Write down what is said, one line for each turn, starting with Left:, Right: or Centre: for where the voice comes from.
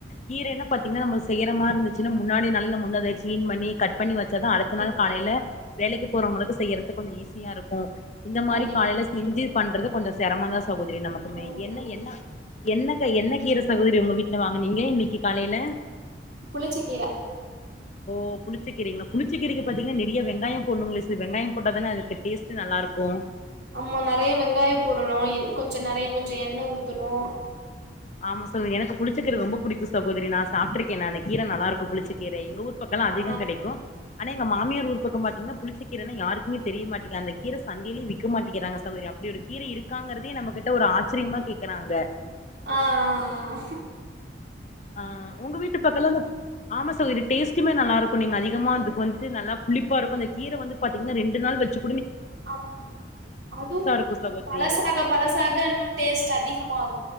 Left: கீரைனு பாத்தீங்கன்னா நம்ம செய்யற மாரி இருந்துச்சுன்னா முன்னாடி நாளே நம்ம அத கிளீன் பண்ணி கட் பண்ணி வச்சாதா அடுத்த
Right: ம்
Left: நாள் காலையில வேலைக்கு போறவங்களுக்கு செய்யறது கொஞ்ச ஈஸியா இருக்கு இந்த மாரி
Right: கண்டிப்பா
Left: காலையில செஞ்சு பண்றது கொஞ்சோ சிரமந்தா சகோதரி நமக்குமே
Right: ம்
Left: என்ன என்ன என்ன என்ன கீர சகோதரி உங்க வீட்ல வாங்குனீங்க இன்னைக்கு காலைல
Right: புளிச்ச கீர
Left: ஓ புளிச்சக்கீரைங்களா புளிச்சகீரைக்கு பாத்தீங்கன்னா நிறைய வெங்காயம் போடணுங்களே வெங்காயம் போட்டாதானே அதுக்கு டேஸ்ட் நல்ல இருக்கு
Right: ஆமா நிறைய வெங்காய போடணு கொஞ்ச நிறைய கொஞ்ச எண்ணெ ஊத்தணு
Left: ஆமா சகோதரி எனக்கு புளிச்சக்கீர ரொம்ப புடிக்கும் சகோதரி நா சாப்டுருக்கே நா இன்ன கீர நல்லா இருக்கு புளிச்சக்கீரை எங்க ஊர் பக்கலா அதிகம்
Right: ஆ
Left: கிடைக்கு ஆனா எங்க மாமியார் ஊரு பக்கம் பாத்திங்கன்னா புளிச்ச கீரைன்னா யாருக்குமே தெரிய மாட்டிங்கு அந்த கீரை சந்தைலயே விக்கமாட்டிங்கிறாங்க சகோதரி அப்டி ஒரு கீர இருக்காங்கிறதே நம்ம கிட்ட ஒரு ஆச்சரியமா கேக்குறாங்க
Right: ஆ அ அ
Left: ஆ உங்க வீட்டு பக்கல்லா ஆமா சகோதரி டேஸ்டுமே நல்லா இருக்கு நீங்க அதிகமா அதுக்கு
Right: ம்
Left: வந்து நல்லா புளிப்பா இருக்கு அந்த கீர வந்து பாத்தீங்கன்னா ரெண்டு நாள் வெச்சு
Right: ஆமா அதுவு
Left: இருக்கு சகோதரி
Right: பழசாக பழசாக இன்னு டேஸ்ட் அதிகமாகு